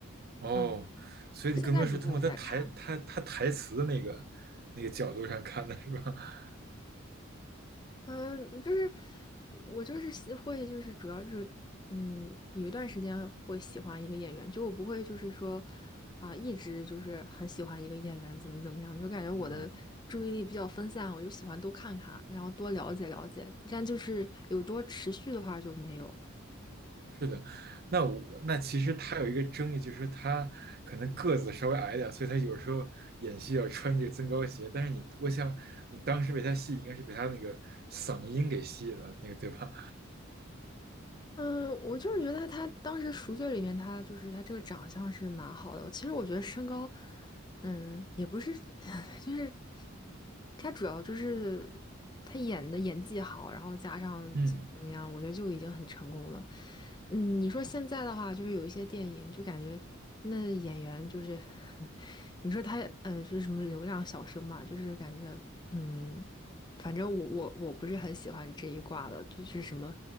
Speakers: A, on the right; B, on the left.
A: 哦，
B: 嗯，
A: 所以你更多是通过他台他他台词的那个那个角度上看的是吧？
B: 现在就没有再看了。
A: <laughs>
B: 嗯，就是我就是喜会就是主要就是嗯，有一段时间会喜欢一个演员，就我不会就是说啊、一直就是很喜欢一个演员怎么怎么样，就感觉我的注意力比较分散，
A: 嗯，
B: 我就喜欢多看看，然后多了解了解，但就是有多持续的话就没有。
A: 是的。那我那其实他有一个争议，就是说他可能个子稍微矮一点所以他有时候演戏要穿这个增高鞋。但是你，我想你当时被他戏应该是被他那个嗓音给吸引了，那个对吧？
B: 嗯，我就是觉得他当时赎罪里面，他就是他这个长相是蛮好的。我其实我觉得身高，嗯，也不是，<laughs> 就是他主要就是他演的演技好，然后加上怎么怎么样，
A: 嗯。
B: 我觉得就已经很成功了。嗯，你说现在的话，就是有一些电影就感觉那演员就是，<laughs> 你说他呃，就是什么流量小生嘛，就是感觉嗯。反正我我我不是很喜欢这一挂的，就是什么